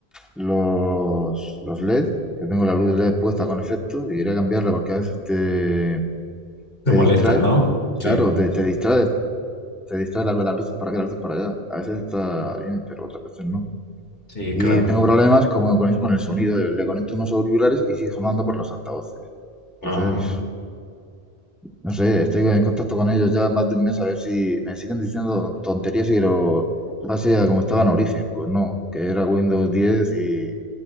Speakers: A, in the centre; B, on the left.
A: los, los LED, que tengo la luz LED puesta con efecto y quería cambiarla porque a veces te,
B: te
A: te
B: molesta,
A: distrae.
B: ¿no? Sí,
A: Claro, te, te distrae, te distrae la- las luces para acá, las luces para allá. A veces está bien, pero otras veces no.
B: sí,
A: Y
B: claro.
A: tengo problemas como con eso, con el sonido. Le conecto unos auriculares y sigue sonando por los altavoces. Entonces,
B: Ah,
A: No sé, estoy en contacto con ellos ya más de un mes a ver si me siguen diciendo tonterías y que lo pase a como estaba en origen. Pues no, que era Windows 10 y,